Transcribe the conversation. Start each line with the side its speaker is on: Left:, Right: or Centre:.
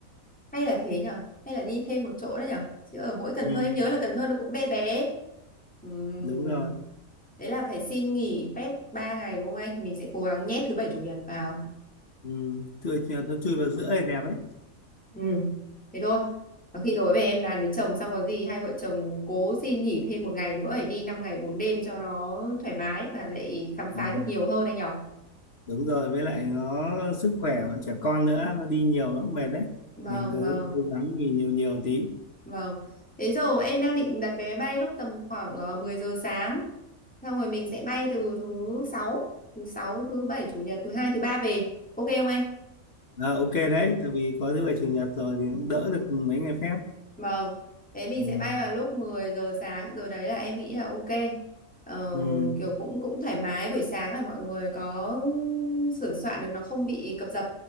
Centre: hay là thế nhở hay là đi thêm một chỗ đấy nhở chứ ở mỗi Cần
Left: ừ,
Centre: Thơ em nhớ là Cần Thơ nó cũng bé bé Ừm,
Left: đúng rồi
Centre: Đấy là phải xin nghỉ phép 3 ngày đúng không anh thì mình sẽ cố gắng nhét thứ bảy chủ nhật vào
Left: ừ, chui nó chui vào giữa thì đẹp ấy
Centre: ừ. thế thôi và khi tối về em đàn với chồng xong có gì hai vợ chồng cố xin nghỉ thêm một ngày nữa để đi 5 ngày 4 đêm cho nó thoải mái mà lại khám
Left: ừ,
Centre: phá được nhiều hơn anh nhở
Left: đúng rồi với lại nó sức khỏe bọn trẻ con nữa nó đi nhiều nó cũng mệt đấy
Centre: vâng
Left: mình cứ
Centre: vâng
Left: cố gắng nghỉ nhiều nhiều tí
Centre: Vâng. Thế giờ em đang định đặt vé máy bay lúc tầm khoảng ờ, 10 giờ sáng. Xong rồi mình sẽ bay từ thứ sáu, thứ sáu, thứ bảy, chủ nhật, thứ hai, thứ ba về. Ok không anh?
Left: à, ok đấy tại vì có thứ bảy chủ nhật rồi thì cũng đỡ được mấy ngày phép
Centre: Vâng, thế mình
Left: ừ,
Centre: sẽ bay vào lúc mười giờ sáng rồi đấy là em nghĩ là ok. Ờ,
Left: ừ,
Centre: kiểu cũng cũng thoải mái buổi sáng là mọi người có sửa soạn được nó không bị cập dập.